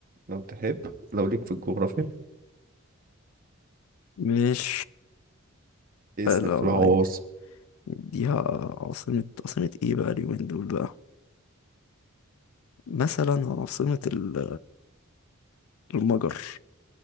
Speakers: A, on the right; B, on the left.
A: لو تحب لو ليك في الجغرافيا
B: مش
A: اسأل
B: لا
A: في
B: الله
A: العواصم
B: اديها عاصمة عاصمة ايه بقى اليومين دول بقى مثلا عاصمة ال- المجر